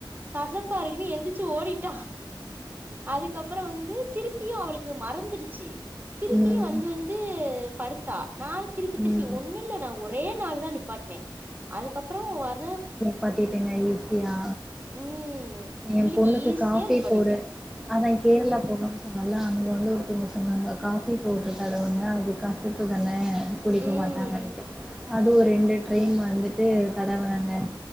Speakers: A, on the right; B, in the centre.
A: கசப்பாருக்குன்னு எந்திரச்சு ஓடிட்டா அதுக்கப்பரோ வந்து திரிப் திருப்பியு அவளுக்கு மறந்துருச்சு திருப்பியு
B: ம்
A: வந்து
B: ம்
A: வந்து படுத்தா நா திருப்பி திருப்பி
B: ம்
A: ஒன்னு இல்ல நா ஒரே நாள் தா நிப்பாட்னே அதுக்கப்பரோ வர
B: பட்டட்டேங்க ஈஸியா
A: ம் இவளுக்கு
B: எ பொண்ணுக்கு
A: ஈஸியா
B: காபி
A: நிப்பாட்டிட்டே
B: போவுடர் அதா கேரளா
A: ம்
B: போனு அத நால அங்க வந்து ஒருத்தங்க சொன்னாங்க காபி பவுடரு தடவுங்க அது கசப்பு தானே குடிக்க
A: ம்
B: மாட்டாங்க <unintelligible> அது ஒரு ரெண்டு ட்ரெயின் வந்துட்டு தடவுனக